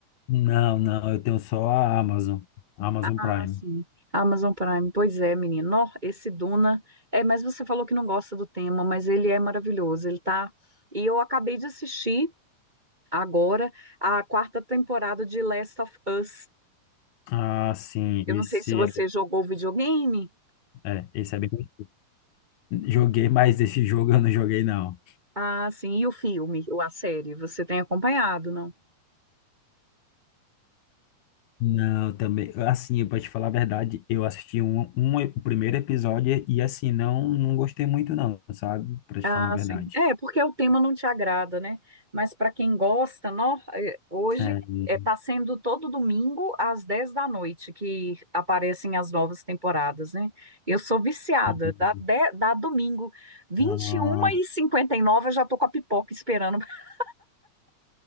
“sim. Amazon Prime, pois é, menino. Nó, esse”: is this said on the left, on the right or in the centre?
Right